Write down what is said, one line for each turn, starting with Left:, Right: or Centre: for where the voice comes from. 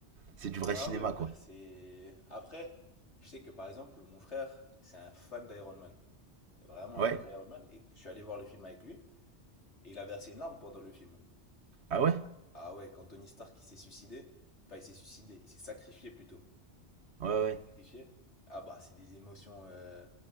Right: C'est du vrai
Left: Ah
Right: cinéma,
Left: oui, bah,
Right: quoi.
Left: c'est. Après, je sais que par exemple, mon frère, c'est un fan d'Iron Man. C'est vraiment
Right: Ouais.
Left: un fan d'Iron Man. Et je suis allé voir le film avec lui. Et il a versé une larme pendant le film.
Right: Ah ouais?
Left: Ah ouais, quand Tony Stark il s'est suicidé. Enfin, il s'est suicidé. Il s'est sacrifié plutôt.
Right: Ouais, ouais.
Left: Sacrifié. Ah bah, c'est des émotions. euh,